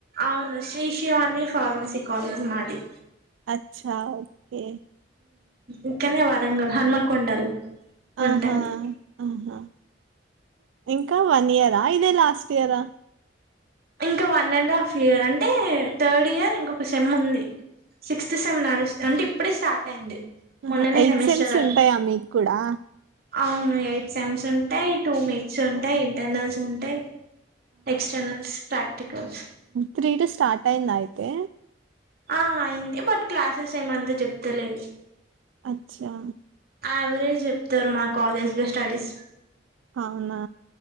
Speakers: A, on the right; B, on the right.
A: అవును శ్రీ శివాని. ఫార్మసి కాలేజ్ మాది.
B: అచ్చా ఓకే.
A: ఇక్కన్నే వరంగల్ హన్మకొండలో. ఉంటది
B: ఆహ్ ఆహా. ఇంకా వన్ ఇయరా ఇదే లాస్ట్ ఇయరా.
A: ఇంకా వన్ అండ్ హాఫ్ ఇయర్ అంటే థర్డ్ ఇయర్ ఇంకొక సెమ్ ఉంది. సిక్స్త్ సేమ్ నాది అంటే ఇప్పుడే స్టార్ట్ అయింది.
B: ఆహ్
A: మొన్ననే
B: హ ఎయిట్
A: సెమిస్టర్
B: సెమ్స్
A: అ
B: ఉంటాయా మీకు కూడా.
A: అవును ఎయిట్ సేమ్స్ ఉంటాయి టూ మిడ్స్ ఉంటాయి ఇంటర్నల్స్ ఉంటాయి. Externals practicals.
B: Three the start అయిందా అయితే.
A: ఆహ్ అయింది బట్ క్లాసెస్ ఏమంత చెప్తలేరు.
B: అచ్చా.
A: యావరేజ్ చెప్తారు మా కాలేజ్ లో స్టడీస్.
B: అవునా